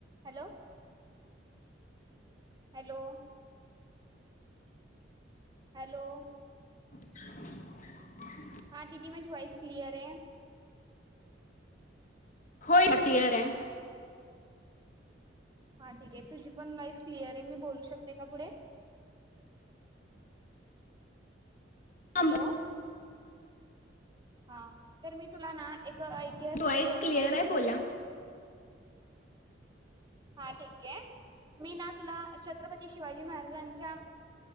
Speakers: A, on the right (about 20°); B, on the left (about 45°).
A: Hello hello hello
B: <inaudible>
A: हा दिदी माझे वॉइस क्लियर आहे
B: होय क्लिअर आहे
A: हा ठीक आहे तुझी पण वाईस क्लिअर आहे मी बोलू शकते का पुढे
B: हां
A: हॅलो हा तर मी तुला ना एक ऐतिहासिक
B: वॉईस
A: टेम्पल
B: क्लिअर आहे
A: बद्दल
B: बोला
A: हा ठीक आहे मी ना तुला छत्रपती शिवाजी महाराजांच्या